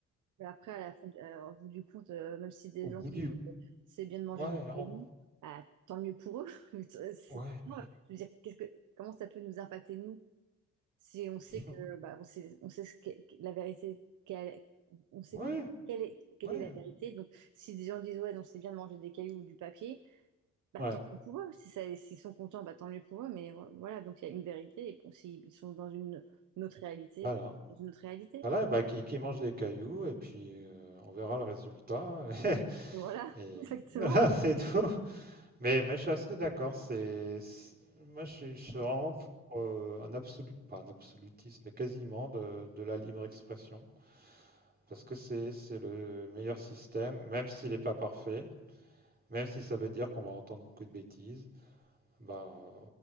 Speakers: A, on the right; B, on the right.
A: Mais Après, à la fin, euh, au bout du compte, euh, même si des
B: au
A: gens
B: bout
A: disent
B: du...
A: que c'est bien de manger
B: Ouais,
A: des
B: en-
A: cailloux, bah, tant mieux pour eux. <laughs> Mais C'est
B: ouais,
A: pas grave.
B: mais...
A: Je veux dire, qu'est-ce que, comment ça peut nous impacter, nous? Si on sait
B: <laughs>
A: que, bah, on sait, on sait ce qu'est- la vérité, qu'elle- on sait
B: Ouais,
A: quelle est, quelle
B: ouais,
A: est la vérité. Donc, si des gens disent, ouais, donc c'est bien de manger des cailloux ou du papier, bah,
B: ouais.
A: tant mieux pour eux. Si ça, s'ils sont contents, bah, tant mieux pour eux. Mais vo- voilà, donc il y a une vérité. Et bon, s'ils sont dans une, une autre réalité,
B: Voilà.
A: bah, ils sont dans une autre réalité.
B: Voilà, bah, qui, qui mange des cailloux et puis euh, on verra le résultat. <laughs>
A: Et voilà, <laughs>
B: Et,
A: exactement.
B: voilà, <laughs> c'est tout. Mais, mais je suis assez d'accord. C'est, c'est- moi, je suis, je suis vraiment pour euh, un absolu, pas un absolutisme, mais quasiment de, de la libre expression. Parce que c'est, c'est le meilleur système, même s'il n'est pas parfait, même si ça veut dire qu'on va entendre beaucoup de bêtises. Bah, euh,